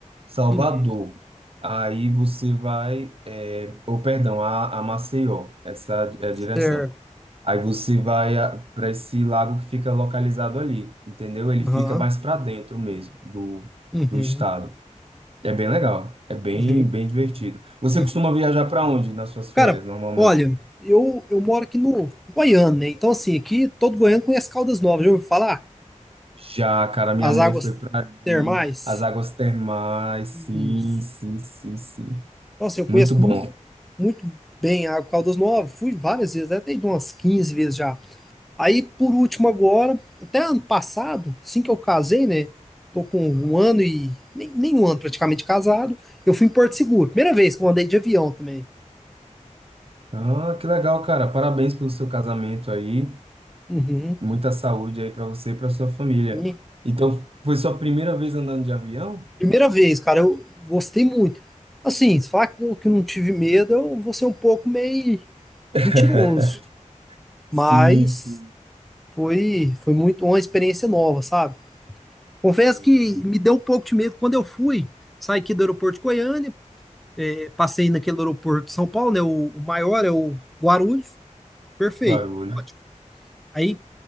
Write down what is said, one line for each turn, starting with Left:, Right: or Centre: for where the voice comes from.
Right: Salvador.
Centre: Uhum.
Right: Aí você vai, é, ou perdão, a, a Maceió, essa é a direção.
Centre: Certo.
Right: Aí você vai para esse lago que fica localizado ali, entendeu? Ele fica
Centre: Aham.
Right: mais para dentro mesmo do,
Centre: Uhum.
Right: do estado. É bem legal, é bem,
Centre: Uhum.
Right: bem divertido. Você
Centre: Uhum.
Right: costuma viajar para onde nas suas
Centre: Cara,
Right: férias, normalmente?
Centre: olha, eu, eu moro aqui no Goiânia, né? Então, assim, aqui todo goiano conhece Caldas Novas, já ouviu falar?
Right: Já, cara, minha
Centre: As
Right: mãe
Centre: águas
Right: foi pra ali.
Centre: termais.
Right: As águas termais, sim,
Centre: Isso.
Right: sim, sim, sim.
Centre: Então, assim, eu conheço
Right: Muito bom.
Centre: mu- muito, bem a Caldas Novas, fui várias vezes, né? até umas 15 vezes já. Aí, por último, agora, até ano passado, assim que eu casei, né? Tô com um ano e. Nem, nem um ano praticamente casado. Eu fui em Porto Seguro. Primeira vez que eu andei de avião também.
Right: Ah, que legal, cara. Parabéns pelo seu casamento aí.
Centre: Uhum.
Right: Muita saúde aí pra você e pra sua família.
Centre: E
Right: Então, foi sua primeira vez andando de avião?
Centre: primeira vez, cara, eu gostei muito. Assim, se falar que eu que não tive medo, eu vou ser um pouco meio
Right: <laughs>
Centre: mentiroso.
Right: Sim,
Centre: Mas
Right: sim,
Centre: foi, foi muito uma experiência nova, sabe? Confesso
Right: sim.
Centre: que me deu um pouco de medo quando eu fui. Saí aqui do aeroporto de Goiânia, Passei naquele aeroporto de São Paulo, né? O, o maior é o Guarulhos, perfeito.
Right: Barulho.
Centre: Ótimo. Aí